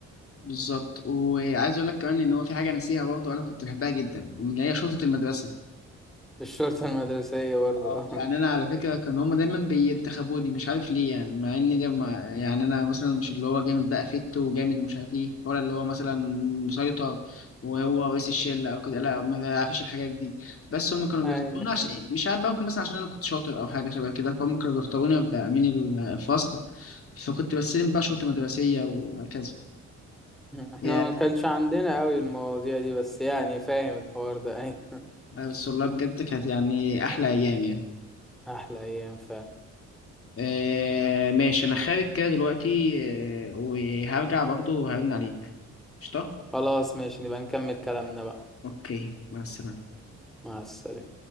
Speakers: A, on the left; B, in the centre.
A: بالظبط وعايز اقول لك كمان ان هو في حاجة ناسيها برضه انا كنت بحبها جدا اللي هي شرطة المدرسة
B: الشرطة المدرسية برضو
A: اه يعني
B: <laughs>
A: انا على فكره كان هما دايما بينتخبوني مش عارف ليه يعني مع ان ده ما يعني انا مثلا مش اللي هو جامد بقى فت وجامد ومش عارف ايه ولا اللي هو مثلا مسيطر وهو رئيس الشله او كده لا ما بعرفش الحاجات دي بس هما كانوا بيختاروني
B: أيوة
A: عشان مش عارف بقى ممكن بس عشان انا كنت شاطر او حاجه شبه كده فهم كانوا بيختاروني ابقى امين ال- الفصل فكنت بستلم بقى شرطه مدرسيه وهكذا
B: احنا
A: يا
B: ما كانش عندنا قوي المواضيع دي بس يعني فاهم الحوار ده اي
A: بس والله بجد كانت يعني احلى ايام يعني
B: <laughs> احلى ايام فعلا
A: آه ماشي انا خارج كده دلوقتي آه وهرجع برضه وهرن عليك قشطة
B: خلاص ماشي نبقى نكمل كلامنا بقى
A: اوكي مع السلامة
B: مع السلامة